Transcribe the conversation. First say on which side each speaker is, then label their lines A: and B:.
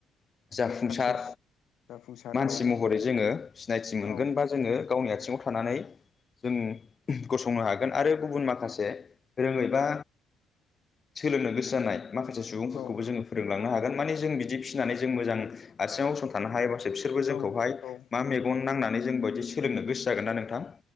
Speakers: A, on the left; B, on the left.
A: जाफुंसार
B: साक्सेस जाफुंसार
A: मानसि
B: औ
A: महरै जोंङो सिनायथि मोनगोन
B: औ
A: बा जोंङो गावनि आथिंङाव थानानै जों गसंनो हागोन आरो गुबुन माखासे रोङै बा सोलोंनो गोसो जानाय माखासे सुबुंफोरखौबो
B: औ
A: जोंङो फोरोंलां नोहागोन माने जों बिदि फिसिनानै जों मोजां आथिङाव गसंथानो हायोबासो बिसोरबो जोंखौहाय
B: औ औ
A: मा मेगन नांनानै जों बे बायदि सोलोंनो गोसो जागोन ना नोंथां।